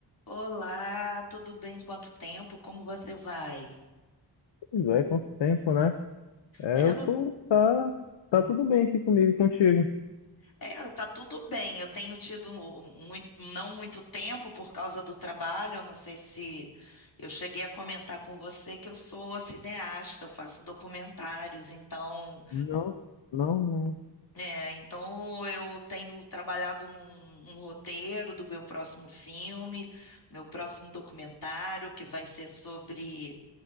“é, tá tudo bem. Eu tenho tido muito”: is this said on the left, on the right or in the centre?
Left